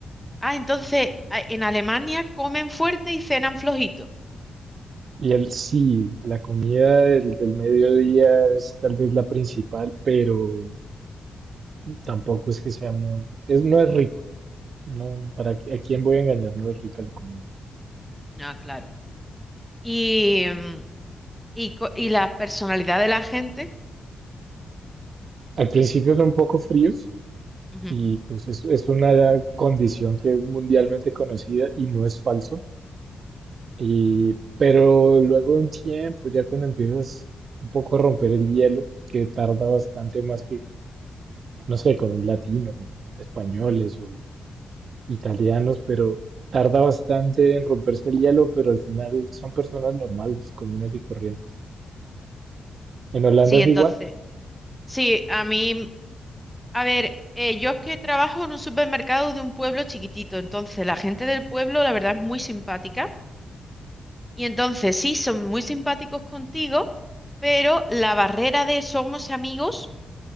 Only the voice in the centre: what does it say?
Ah, entonces, ah, en Alemania comen fuerte y cenan flojito.
Ah, claro. y, mm, y, co- y la personalidad de la gente.
Ujú.
Sí,
entonces,
sí, a mí, a ver, eh, yo es que trabajo en un supermercado de un pueblo chiquitito, entonces la gente del pueblo, la verdad, es muy simpática. Y entonces, sí, son muy simpáticos contigo, pero la barrera de somos amigos